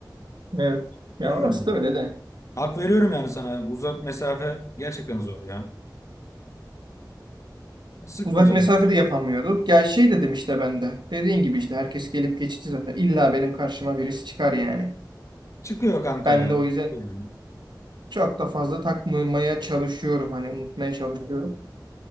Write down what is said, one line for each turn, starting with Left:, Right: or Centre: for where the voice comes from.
Right: Evet. Ya
Left: Bilmiyorum.
Right: orası da öyle de.
Left: Hak veriyorum yani sana. Uzak mesafe gerçekten zor ya. Sıkma
Right: Uzak
Left: canım.
Right: mesafede yapamıyorduk. Gel şey dedim işte ben de. Dediğin gibi işte herkes gelip geçici zaten. İlla benim karşıma birisi çıkar yani.
Left: Çıkıyor kanka
Right: Ben
Left: ya.
Right: de o yüzden
Left: Yani.
Right: Çok da fazla takmamaya çalışıyorum hani unutmaya çalışıyorum.